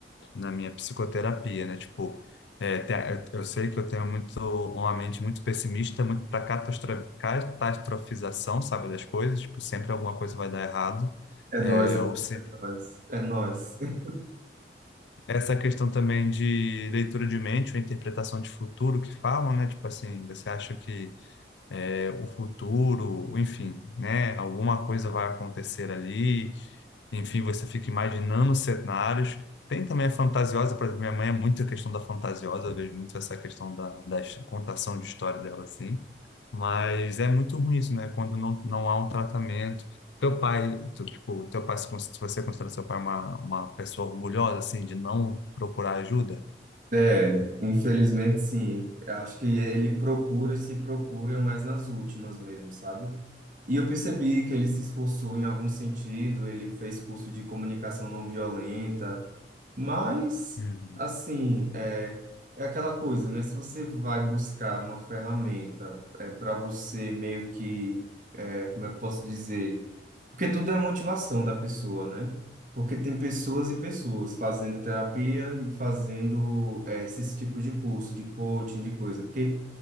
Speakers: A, on the left (about 80°); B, on the right (about 45°).
A: na minha psicoterapia, né? Tipo, é, te- eu eu sei que eu tenho muito uma mente muito pessimista, muito para catastrofização, sabe, das coisas. Tipo, sempre alguma coisa vai dar errado.
B: É
A: É,
B: nóis, amigo,
A: ou se,
B: é nóis. É nóis. <laughs>
A: essa questão também de leitura de mente, ou interpretação de futuro que falam, né? Tipo assim, você acha que o futuro, enfim, né? Alguma coisa vai acontecer ali, enfim, você fica imaginando cenários. Tem também a fantasiosa, por exemplo, minha mãe é muito a questão da fantasiosa, eu vejo muito essa questão da, da his- contação de história dela, assim. Mas é muito ruim isso, né? Quando não, não há um tratamento. Teu pai, tu, tipo, teu pai, se cons- se você considera seu pai uma, uma pessoa orgulhosa, assim, de não procurar ajuda?
B: É, infelizmente sim. Eu Acho que ele procura e se procura mais nas últimas mesmo, sabe? E eu percebi que ele se esforçou em algum sentido, ele fez curso de comunicação não violenta, Mas,
A: Uhum.
B: assim, é, é aquela coisa, né? Se você vai buscar uma ferramenta é, para você meio que, é, como é que eu posso dizer? Porque tudo é motivação da pessoa, né? Porque tem pessoas e pessoas fazendo terapia e fazendo é, esses tipos de curso, de coaching, de coisa. Porque